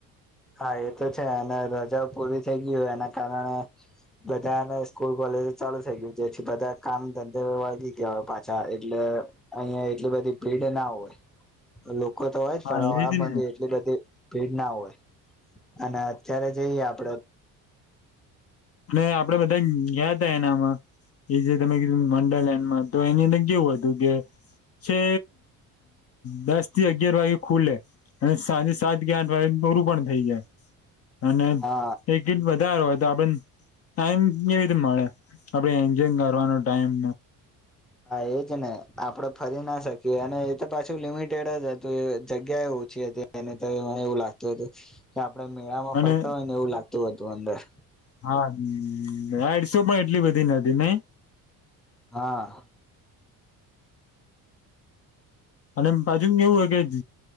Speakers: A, in the centre; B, on the left.
A: હા એ તો છે. અને રજાઓ પૂરી થઈ ગય હોય એના કારણે બધાને સ્કૂલ ચાલુ થઈ ગયું છે. બધા કામ ધંધ વળગી ગયા હોય પાછા. એટલે અહિયાં એટલી બધી ભીડ ના હોય. લો તો હોયજ
B: હા
A: ફરાવ
B: એજ
A: બાંધી
B: ને
A: એટલી બધી ભીડ ના હોય. અને અત્યારે જઈએ આપડે
B: ને આપડે બધા ગયા તા એનામાં એ જે તમે કીધું મંડલ એન્ડમાં. તો એની અંદર કેવું હતું કે છે દસ થી અગિયાર વાગે ખુલે, અને સાંજે સાત કે આઠ વાગે પરું પણ થઈ જાય. અને
A: હા
B: એકટ વધારે હોય તો આપને ટાઈમ કેવીતે મળે? આપડે એન્જોય મારવાનો ટાઈમ
A: હા એજને. આપડે ફરી ના શકીએ. અને એ તો પાછું લિમિટેડ જ હતું. એ જગ્યા એવું પૂછી હતી એલોને એવું લાગતું હતું, કે આપડે મેળામાં
B: અને
A: ફરતા હોય ને. એવું લાગતું હતું અંદર.
B: હા આડસો પણ એટલી બધી નથી નહ
A: હા.
B: અને પાછુ કેવું હોય કે જ